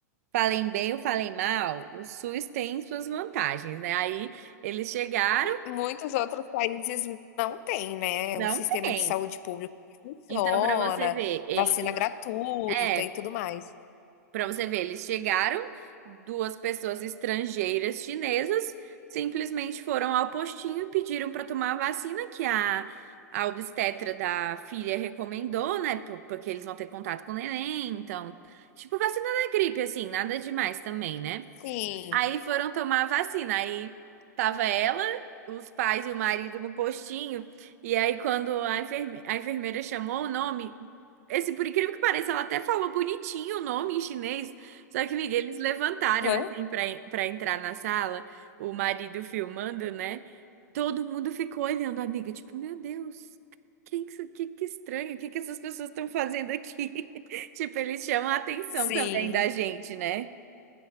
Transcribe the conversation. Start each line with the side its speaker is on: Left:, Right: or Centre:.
Right: falem bem ou falem mal, o SUS tem suas vantagens, né? Aí eles chegaram.
Left: E muitos outros países não têm, né?
Right: Não
Left: Um sistema
Right: tem.
Left: de saúde pública que funciona,
Right: Então, para você ver, ele
Left: vacina gratuita
Right: é,
Left: e tudo mais.
Right: para você ver, eles chegaram, duas pessoas estrangeiras chinesas simplesmente foram ao postinho e pediram para tomar a vacina que a a obstetra da filha recomendou, né? po- Porque eles vão ter contato com o neném, então, tipo vacina da gripe assim, nada demais também, né?
Left: Sim.
Right: Aí foram tomar a vacina. Aí tava ela, os pais e o marido no postinho. E aí, quando a enferme- a enfermeira chamou o nome, esse, por incrível que pareça, ela até falou bonitinho o nome em chinês. Só que, Miguel, eles levantaram
Left: Aham.
Right: assim pra, en- pra entrar na sala, o marido filmando, né? Todo mundo ficou olhando, amiga, tipo, meu Deus. Quem que, isso- que, que estranho, o que, que essas pessoas estão fazendo aqui? <laughs> Tipo, eles chamam a atenção
Left: Sim.
Right: também da gente, né?